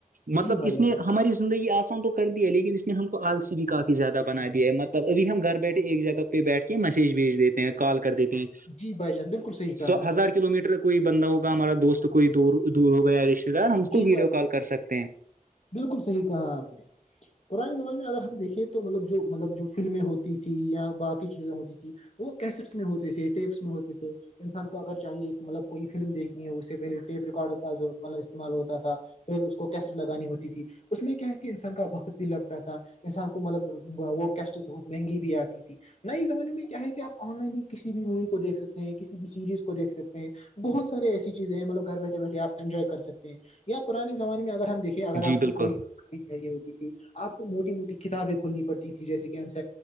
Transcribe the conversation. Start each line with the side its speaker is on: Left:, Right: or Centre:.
Right: مطلب
Left: جی بھائی
Right: اس نے
Left: جان
Right: ہماری زندگی آسان تو کر دی ہے لیکن اس نے ہم کو آلسی بھی کافی زیادہ بنا دیا ہے مطلب ابھی ہم گھر بیٹھے ایک جگہ پہ بیٹھ کے مسج بھیج دیتے ہیں کال کر دیتے ہیں
Left: جی بھائی جان بالکل صحیح کہا
Right: سو
Left: آپ
Right: ہزار کلو میٹر کوئی بندہ ہوگا ہمارا دوست کوئی د دور ہو گیا رش دھر
Left: نے
Right: ہم اس کو
Left: جی
Right: ویڈیو
Left: بھائی
Right: کال کر سکتے ہیں
Left: بالکل صحیح کہا آپ نے پرانے زمانے میں اگر ہم دیکھیں تو مطلب جو مطلب جو فلمیں ہوتی تھی یا باقی چیزیں ہوتی تھی وہ کیسٹس میں ہوتے تھے ٹیپس میں ہوتے تھے انسان کو اگر چاہیے کہ مطلب کوئی فلم دیکھنی ہے اس سے پہلے ٹیپ ریکارڈ کا جو مطلب استعمال ہوتا تھا پھر اس کو کیسٹ لگانی ہوتی تھی اس میں کیا ہے کہ انسان کا وقت بھی لگتا تھا انسان کو مطلب وہ کیسٹز بہت مہنگی بھی آتی نئے زمانے میں کیا ہے کہ آپ آن لائن ہی کسی بھی مووی کو دیکھ سکتے ہیں کسی بھی سیریز کو دیکھ سکتے ہیں بہت سے ایسی چیزیں ہیں مطلگ گھر بیٹھے بیٹھےپ انجوائے کر سکتے ہیں یا پران زمے میں اگر ہم دیکھے اگر
Right: جی
Left: آپ
Right: بالکل
Left: کو کوئی چاہیے ہوتی تھی آپ کو موٹی موٹی کتابیں کھولنی پڑتی تھی جیسے کہ س